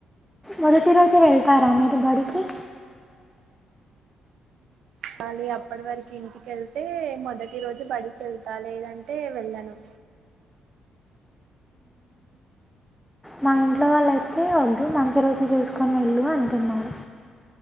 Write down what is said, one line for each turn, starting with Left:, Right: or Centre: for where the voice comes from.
Centre: మొదటి రోజు వెళ్తారా మీరు బడికి
Right: లాలి అప్పటి వరకు ఇంటికెళ్తే మొదటి రోజు బడికి వెళ్తా లేదంటే వెళ్ళను
Centre: మా ఇంట్లో వాళ్ళుయితే వద్దు మంచి రోజు చూసుకొని వెళ్ళు అంటున్నారు.